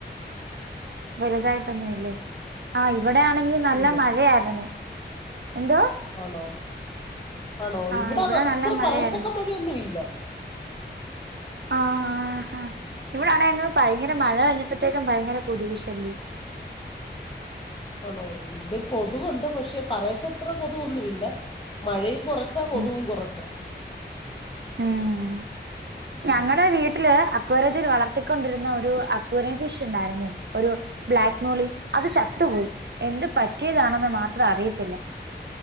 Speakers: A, on the right (about 70°); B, on the left (about 25°).
A: വലുതായിട്ടൊന്നും ഇല്ലേ ആഹ് ഇവിടെയാണെങ്കി നല്ല
B: ഇല്ലേ
A: മഴയാരുന്നു എന്തോ
B: ആണോ ആണോ
A: ആ
B: ഇവിടെ അത്ര
A: നല്ല മഴയായിരുന്നു
B: പറയത്തക്ക മഴയൊന്നും ഇല്ല
A: ആഹ് ഹാഹ് ഇവിടെ ആണന്ന് ഭയങ്കര മഴ കഴിഞ്ഞപ്പോഴത്തേക്കും ഭയങ്കര കൊതുക് ശല്യം
B: ആണോ ഇവിടെയും കൊതുകുണ്ട് പക്ഷെ പറയത്തത്ര കൊതുകൊന്നുമില്ല മഴയും കുറ ച്ചാ കൊതുകും
A: ഉം
B: കുറച്ചാ
A: ഉം ഞങ്ങടെ
B: ഉം
A: വീട്ടില് അ ആക്വറിയത്തിൽ വളർത്തിക്കൊണ്ടിരുന്ന ഒരു അക്കൂറിയൻ ഫിഷ് ഉണ്ടായിരുന്നെ ഒരു ബ്ലാക്ക് മോളി അത് ചത്തുപോയി എന്ത് പറ്റിയതാണെന്ന് മാത്രം അറിയത്തില്ല